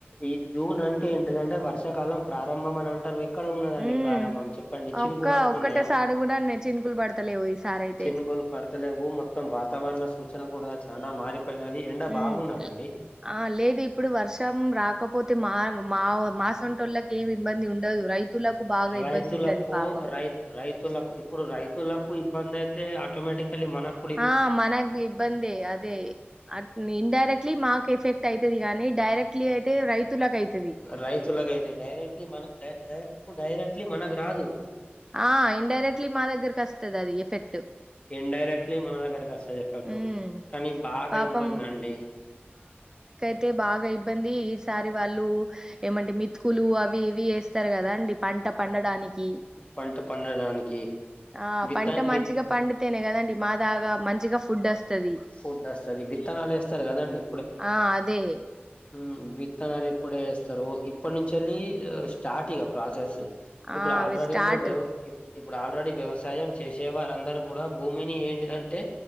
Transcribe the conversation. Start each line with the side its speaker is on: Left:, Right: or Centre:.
Left: ఈ జూన్ అంటే ఏంటిదంటే వర్షాకాలం ప్రారంభం అని అంటారు వె ఎక్కడ ఉన్నదండి
Right: మ్మ్
Left: ప్రారంభం చెప్పండి చిన్నకూలు
Right: ఒక్క
Left: వస్తున్నాయా
Right: ఒక్కటేసారి కూడా నే చినుకులు పడతలేవు ఈసారి అయితే
Left: చినుకులు పడు త్త లేవు మొత్తం వాతావరణ సూచన కూడా చానా మారిపోయినది ఎండ
Right: మ్మ్
Left: బాగున్నదండి
Right: ఆ లేదు ఇప్పుడు వర్షం రాకపోతే మా మా మాసంటోళ్ళకి ఏమి ఇబ్బంది ఉండదు రైతు తులకు బాగా
Left: రైతులకు
Right: ఇబ్బంది ఉంటంది పాపం
Left: రై రైతులకు ఇప్పుడు రైతులకు ఇబ్బంది అయితే ఆటోమేటికలీ మనక్
Right: ఆ మనగ్ ఇబ్బంది అదే అ ఇన్డైరెక్ట్లీ మాకు ఎఫెక్ట్ అయితది గానీ డైరెక్ట్లీ అయితే రైతులకు అయితది
Left: రైతులగయితే డైరెక్ట్ ఇప్పుడు మనకు డైరె డైరెక్ డైరెక్ట్లీ మనకు రాదు
Right: ఆ ఇన్ డైరెక్ట్లీ మా దగ్గరకి వస్తది అది ఎఫెక్ట్
Left: ఇన్ డైరెక్ట్లీ మన దగరికి వస్తది కటు
Right: ఉమ్
Left: కానీ బాగా
Right: పాపం
Left: ఇబ్బంది అండి
Right: అయితే బాగా ఇబ్బంది ఈసారి వాళ్ళు ఏమంటే మితుకులు అవి ఇవి వేస్తారు కదా అండి పంటప్ పండడానికి
Left: పంట పండడానికి
Right: ఆ
Left: విత్త
Right: పంట
Left: విత్
Right: మంచిగా పండ్ అంతేనే కదండి మా దాగా మంచిగా ఫుడ్ వస్తుంది
Left: ఫుడ్ వస్తది విత్తనాలు వేస్తారు కదండి
Right: ఆ అదే
Left: ఊ విత్తనాలు ఇప్పుడే వేస్తారు ఇప్పటి నుంచలి స్టార్ట్ ఇగ ప్రాసెస్ ఇప్పుడు
Right: ఆ
Left: ఆల్రెడీ
Right: అవి స్టార్ట్
Left: ఇప్పుడు వ్యవ్ ఇప్పు ఇప్పుడు ఆల్రెడీ వ్యవసాయం చేసే వారందరు కూడా భూమిని ఏంటిదంటే